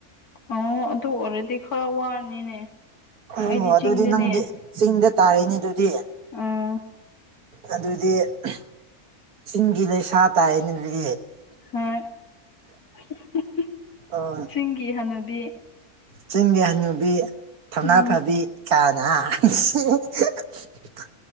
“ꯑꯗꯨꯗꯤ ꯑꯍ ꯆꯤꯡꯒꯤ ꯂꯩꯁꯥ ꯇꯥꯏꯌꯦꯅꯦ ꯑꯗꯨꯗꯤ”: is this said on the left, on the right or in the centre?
Right